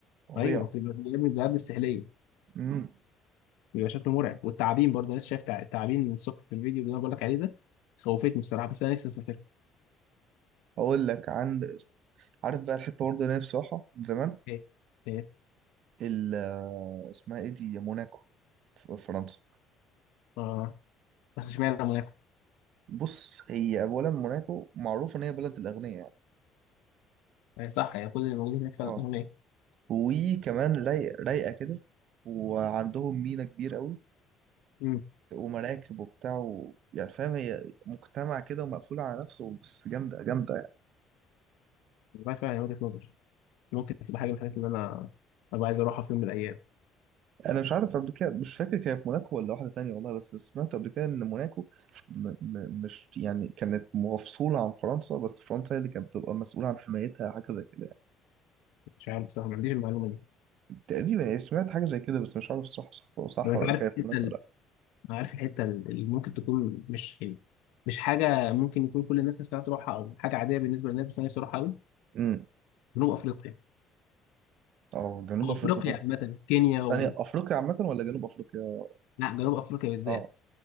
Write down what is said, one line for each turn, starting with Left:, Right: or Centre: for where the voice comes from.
Right: فظيع
Left: ايوه بتبقى بتبقى من البلاد السحليه
Right: امم
Left: بيبقى شكله مرعب والتعابين برضه أنا لسه شايف تع- تعابين من الصبح في الفيديو اللي انا بقول لك عليه ده خوفتني بصراحه بس انا لسه مسافرها
Right: اقول لك عند عارف بقى الحته برضه اللي انا نفسي اروحها من زمان
Left: ايه ايه
Right: ال اسمها ايه دي موناكو في فرنسا
Left: اه بس اشمعنى موناكو
Right: بص هي اولا موناكو معروفه ان هي بلد الاغنياء يعني
Left: هي صح يعني كل اللي موجودين هناك فعلا
Right: اه
Left: اغنياء
Right: وكمان رايق رايقه كده وعندهم مينا كبير قوي
Left: امم
Right: ومراكب وبتاع و... يعني فاهم هي مجتمع كده ومقفول على نفسه بس جامده جامده يعني.
Left: والله فعلا هي وجهه نظر ممكن تبقى حاجه من الحاجات اللي انا ابقى عايز اروحها في يوم من الايام
Right: انا مش عارف قبل كده مش فاكر كانت موناكو ولا واحده تانية والله بس سمعت قبل كده ان موناكو م م مش يعني كانت مفصوله عن فرنسا بس فرنسا هي اللي كانت بتبقى مسؤوله عن حمايتها حاجه زي كده يعني
Left: مش عارف بصراحه ما عنديش المعلومه دي
Right: تقريبا يعني سمعت حاجه زي كده بس مش عارف الصراحه صح صح
Left: لو انت
Right: ولا
Left: عارف
Right: كانت
Left: الحته
Right: موناكو
Left: ال-
Right: ولا لا
Left: عارف الحته ال- اللي ممكن تكون مش يعني مش حاجه ممكن يكون كل الناس نفسها تروحها او حاجه عاديه بالنسبه للناس بس انا نفسي اروحها قوي
Right: امم
Left: جنوب افريقيا
Right: اه جنوب
Left: وافريقيا
Right: افريقيا طبعا
Left: عامه كينيا و
Right: يعني افريقيا عامه ولا جنوب افريقيا
Left: لا جنوب افريقيا بالذات
Right: اه